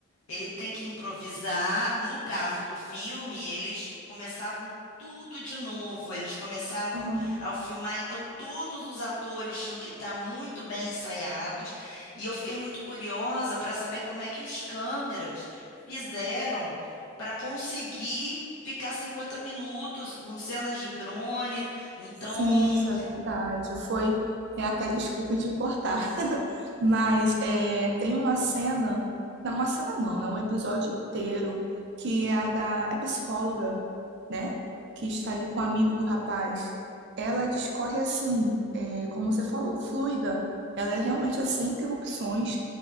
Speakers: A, on the left; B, on the right.
A: ele tem que improvisar. No caso do filme, eles começavam tudo de novo, eles começavam
B: Aham.
A: ao filmar, então todos os atores tinham que estar muito bem ensaiados, e eu fiquei muito curiosa para saber como é que os câmeras fizeram para conseguir ficar 50 minutos com cenas de drone. Então,
B: Sim, isso é verdade. Foi, é até desculpe de cortar, <laughs> mas é, tem uma cena, não, uma cena não, né? Um episódio inteiro que é a da é psicóloga, né? Que está ali com o amigo do rapaz. Ela discorre assim, é, como você falou, fluida. Ela é realmente é sem interrupções